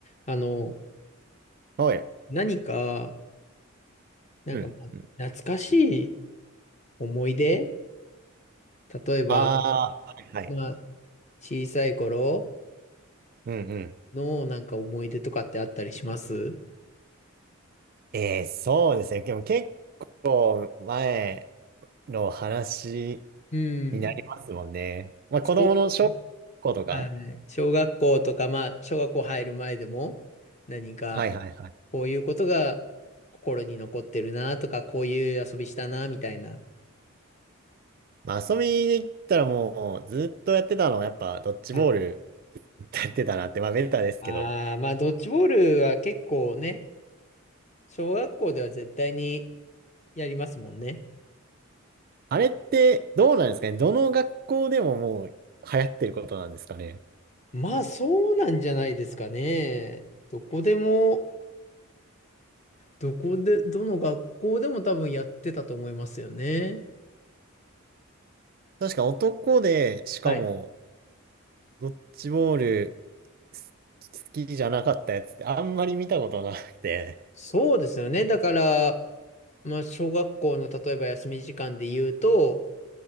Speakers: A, on the left; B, on the right.
A: あの、
B: はい。
A: 何か、なんか、
B: うん。
A: まあ懐かしい
B: うん
A: 思い出例えば、
B: ああ、はいはい。
A: まあ、小さい頃
B: うんうん。
A: のなんか思い出とかってあったりします
B: えー、そうですね。でも結構前の話
A: うん。
B: になりますもんね。まあ子供の小学校とか。
A: そうね。あのね、小学校とか、まあ、小学校入る前でも、何か、
B: はいはいはい。
A: こういうことが心に残ってるなとか、こういう遊びしたな、みたいな。
B: まあ遊びに行ったらもうずっとやってたのはやっぱドッジボール
A: はい。
B: やってたなって、まあベタですけど。
A: ああ、まあ、ドッジボールは結構ね、小学校では絶対にやりますもんね。
B: あれってどうなんですかね。どの学校でももう流行ってることなんですかね。
A: まあそうなんじゃないですかね。どこでも、どこで、どの学校でも多分やってたと思いますよね。
B: 確か男で、しかも
A: はい。
B: ドッジボールす好きじゃなかったやつってあんまり見たことなくて。
A: そうですよね。だから、まあ小学校の例えば休み時間で言うと、